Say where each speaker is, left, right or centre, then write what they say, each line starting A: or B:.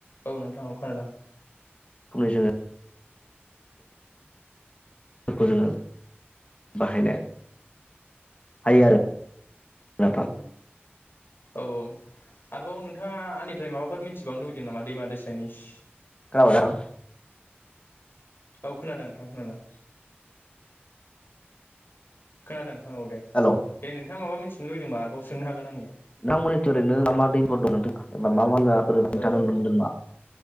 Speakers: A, on the left; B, on the left.
A: औ नोंथां औ खोनादों
B: खैसो <unintelligible> बेफोरखौ जोङो बाहायनाय ह ह <unintelligible>
A: औ आरोबाव नोंथाङा आंनिफ्राय माबाफोर मिथिबावनो लुुबैदों नामा दैमा दैसायनिस
B: खाबां
A: औ खोनादों नोंथाङां खोनादों खोनादों नोंथां औ दे
B: हेलौ
A: दे नोंथाङा माबा मिथिनो लुबैदोंबा आरोबाव सोंनो हागोन आंनियाव।
B: नोंथांमोननिथिं ओरैनो मा मा दैफोर दं
A: ओ
B: <inaudible>